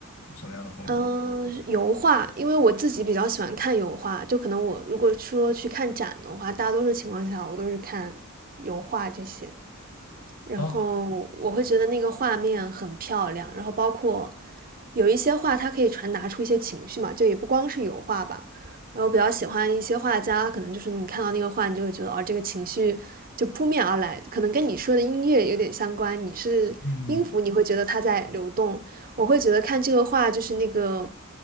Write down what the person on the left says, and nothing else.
什么样的风格？
哦，
嗯，